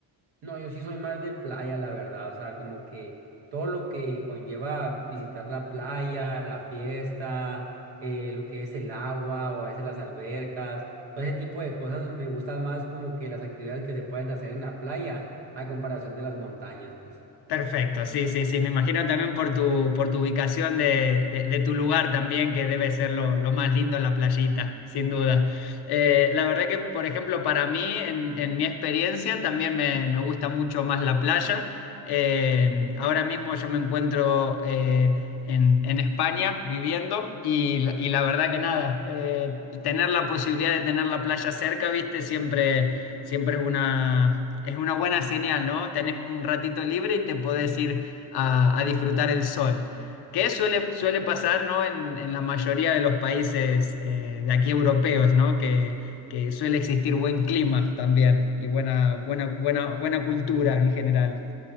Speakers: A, on the right (about 75°); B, on the left (about 60°).
A: No, yo sí soy más de playa, la verdad. O sea, como que todo lo que conlleva visitar la playa, la fiesta, eh, lo que es el agua o a veces las albercas, todo ese tipo de cosas me gustan más como que las actividades que se pueden hacer en la playa a comparación de las montañas, pues.
B: Perfecto, sí, sí, sí. Me imagino también por tu, por tu ubicación de, de- de tu lugar también, que debe ser lo, lo más lindo en la playita, sin duda. Eh, la verdad que, por ejemplo, para mí, en, en mi experiencia, también me, me gusta mucho más la playa. Eh, ahora mismo yo me encuentro eh, en, en España viviendo y, la y la verdad que nada, eh, tener la posibilidad de tener la playa cerca, viste, siempre Siempre es una, es una buena señal, ¿no? Tenés un ratito libre y te podés ir a, a disfrutar el sol. Que suele, suele pasar, ¿no? En, en la mayoría de los países eh, de aquí europeos, ¿no? Que, que suele existir buen clima también y buena, buena, buena, buena cultura en general.